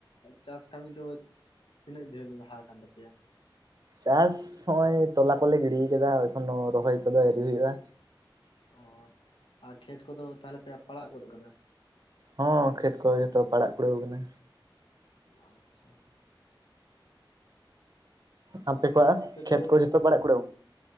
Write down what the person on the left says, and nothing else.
ᱪᱟᱥ ᱠᱟᱹᱢᱤ ᱫᱚ ᱛᱤᱱᱟᱹᱜ ᱰᱷᱮᱨ ᱞᱟᱦᱟ ᱠᱟᱱ ᱛᱟᱯᱮᱭᱟ
ᱚ ᱟᱨ ᱠᱷᱮᱛ ᱠᱚᱫᱚ ᱛᱟᱦᱚᱞᱮ ᱯᱮ ᱯᱟᱲᱟᱜ ᱜᱚᱫ ᱟᱠᱟᱫᱟ
ᱟᱪᱪᱷᱟ
ᱟᱯᱮ ᱫᱚᱼᱼ